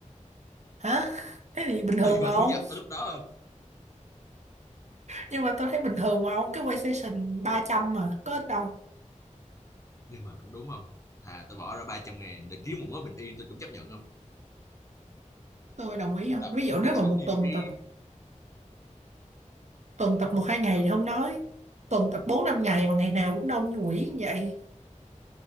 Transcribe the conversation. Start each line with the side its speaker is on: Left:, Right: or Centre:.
Right: Hả? Thế thì bình thường
Left: tùy
Right: mà
Left: vào
Right: ông.
Left: thu nhập tới lúc đó không?
Right: Nhưng mà tôi thấy bình thường mà ông, cái PlayStation 300 mà, có ít đâu.
Left: Nhưng mà cũng đúng không? Thà tôi bỏ ra 300 ngàn để kiếm một mớ bình yên tôi cũng chấp nhận không?
Right: Tôi đồng ý
Left: Chứ
Right: không?
Left: tập
Right: Ví
Left: PlayStation
Right: dụ nếu mà một
Left: như
Right: tuần
Left: cái...
Right: tập tuần tập một hai ngày
Left: Thật,
Right: thì không nói. Tuần tập 4 5 ngày mà ngày nào cũng đông như quỷ như vậy,